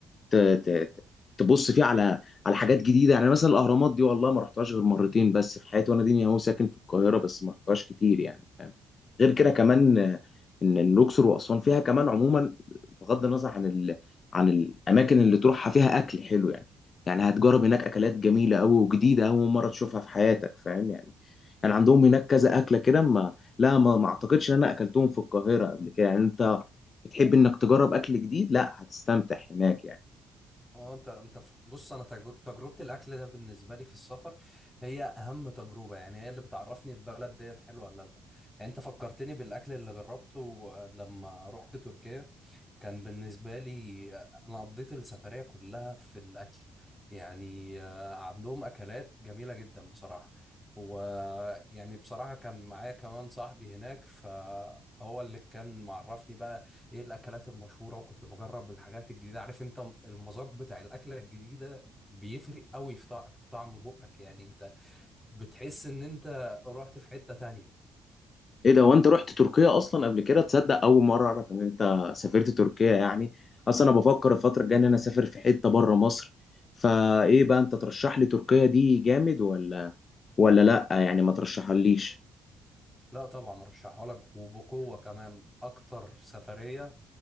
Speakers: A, on the left; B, in the centre.
A: ت... ت... ت- تبص فيه على على حاجات جديده يعني مثلا الاهرامات دي والله ما رحتهاش غير مرتين بس في حياتي وانا ديني اهو ساكن في القاهره بس ما رحتهاش كتير يعني فاهم غير كده كمان آه، ان إن الاقصر واسوان فيها كمان عموما بغض النظر عن ال... عن الاماكن اللي تروحها فيها اكل حلو يعني يعني هتجرب هناك اكلات جميله قوي وجديده اول مره تشوفها في حياتك فاهم يعني يعني عندهم هناك كذا اكله كده ما لا ما, ما اعتقدش ان انا اكلتهم في القاهره قبل كده يعني انت بتحب انك تجرب اكل جديد لا هتستمتع هناك يعني
B: اه انت انت ف- بص انا تجر- تجربه الاكل ده بالنسبه لي في السفر هي اهم تجربه يعني هي اللي بتعرفني البلد ديت حلوه ولا لا يعني انت فكرتني بالاكل اللي جربته آه، لما رحت تركيا كان بالنسبة لي أنا قضيت السفرية كلها في الأكل يعني آه، عندهم أكلات جميلة جدا بصراحة ويعني بصراحة كان معايا كمان صاحبي هناك فهو اللي كان معرفني بقى إيه الأكلات المشهورة وكنت بجرب الحاجات الجديدة عارف أنت المذاق بتاع الأكلة الجديدة بيفرق قوي في طع- في طعم بقك يعني أنت بتحس إن أنت رحت في حتة تانية
A: ايه ده وانت رحت تركيا اصلا قبل كده تصدق اول مره اعرف ان انت سافرت تركيا يعني اصلا انا بفكر الفتره الجايه ان انا اسافر في حته بره مصر فايه بقى انت ترشح لي تركيا دي جامد ولا ولا لا يعني ما ترشحها ليش
B: لا طبعا رشحها لك وبقوة كمان أكتر سفرية